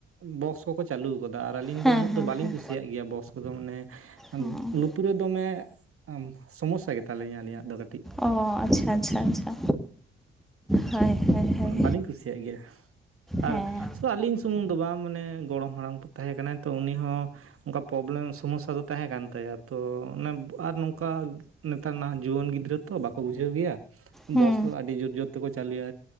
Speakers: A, on the right; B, in the centre.
A: ᱵᱚᱠᱥ ᱠᱚᱠᱚ ᱪᱟᱹᱞᱩ ᱟᱠᱟᱫᱟ ᱟᱨ ᱟᱹᱞᱤᱧ
B: ᱦᱮᱸ
A: ᱫᱚ ᱩᱱᱟᱹᱜ
B: ᱦᱮᱸ
A: ᱫᱚ ᱵᱟᱞᱤᱧ ᱠᱩᱥᱤᱭᱟᱜ ᱜᱮᱭᱟ ᱵᱚᱠᱥ ᱠᱚᱫᱚ ᱢᱟᱱᱮ
B: ᱦᱮᱸ
A: ᱞᱩᱛᱩᱨ ᱨᱮ ᱫᱚᱢᱮ ᱥᱚᱢᱚᱥᱥᱟ ᱜᱮᱛᱟ ᱞᱤᱧᱟ ᱟᱹᱞᱤᱧᱟᱜ ᱫᱚ ᱠᱟᱹᱴᱤᱡ
B: ᱚ ᱟᱪᱪᱷᱟ ᱟᱪᱪᱷᱟ ᱟᱪᱪᱷᱟ ᱦᱳᱭ ᱦᱳᱭ ᱦᱳᱭ
A: ᱚᱱᱟ ᱵᱟᱹᱞᱤᱧ ᱠᱩᱥᱤᱭᱟᱜ ᱜᱮᱭᱟ ᱟᱨ
B: ᱦᱮᱸ
A: ᱟᱹᱞᱤᱧ ᱥᱩᱢᱩᱝ ᱫᱚ ᱵᱟᱝ ᱢᱟᱱᱮ ᱜᱚᱲᱚᱢ ᱦᱟᱲᱟᱢ ᱠᱚ ᱛᱟᱦᱮᱸ ᱠᱟᱱᱟᱭ ᱛᱚ ᱩᱱᱤ ᱦᱚᱸ ᱚᱱᱠᱟ ᱯᱨᱚᱵᱞᱮᱢ ᱥᱚᱢᱚᱥᱥᱟ ᱫᱚ ᱛᱟᱦᱮᱸ ᱠᱟᱱ ᱛᱟᱭᱟ ᱛᱚ ᱚᱱᱮ ᱟᱨ ᱱᱚᱝᱠᱟ ᱱᱮᱛᱟᱨ ᱱᱟ ᱡᱩᱣᱟᱹᱱ ᱜᱤᱫᱽᱨᱟᱹ ᱛᱚ ᱵᱟᱠᱚ ᱵᱩᱡᱷᱟᱹᱣ ᱜᱮᱭᱟ
B: ᱦᱩᱸ
A: ᱵᱚᱠᱥ ᱟᱹᱰᱤ ᱡᱳᱨ ᱡᱳᱨ ᱛᱮᱠᱚ ᱪᱟᱹᱞᱩᱭᱟ